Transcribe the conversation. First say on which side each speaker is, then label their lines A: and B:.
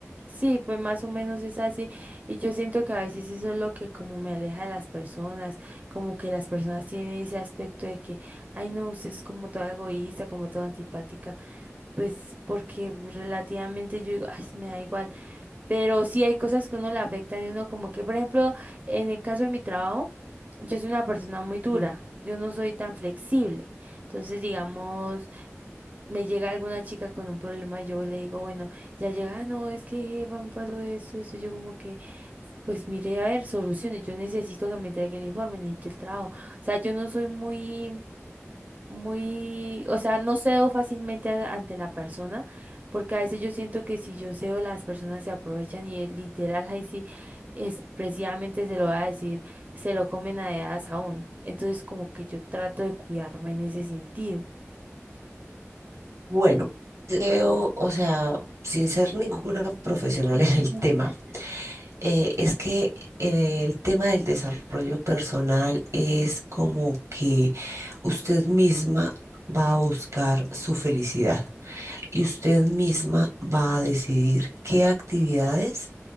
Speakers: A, on the right; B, on the right.
A: Sí, pues más o menos es así. Y yo siento que a veces eso es lo que como me aleja de las personas, como que las personas tienen ese aspecto de que, ay no, usted es como toda egoísta, como toda antipática, pues porque relativamente yo digo, ay, me da igual. Pero sí hay cosas que uno le afectan y uno como que, por ejemplo, en el caso de mi trabajo, yo soy una persona muy dura,
B: Mm.
A: yo no soy tan flexible. Entonces, digamos me llega alguna chica con un problema y yo le digo, bueno, ya llega, "Ah, no, es que jefa, me pasó esto, eso, yo como que, pues mire, a ver, soluciones, yo necesito que me entregue el informe, necesito el trabajo. O sea, yo no soy muy, muy, o sea, no cedo fácilmente a- ante la persona, porque a veces yo siento que si yo cedo, las personas se aprovechan y eh, literal, ahí sí, expresivamente se lo va a decir, se lo comen a dedazo a uno. Entonces, como que yo trato de cuidarme en ese sentido.
B: Bueno, creo, o sea, sin ser ninguna <laughs> profesional
A: <laughs>
B: en el tema. Eh, es que eh, el tema del desarrollo personal es como que usted misma va a buscar su felicidad y usted misma va a decidir qué actividades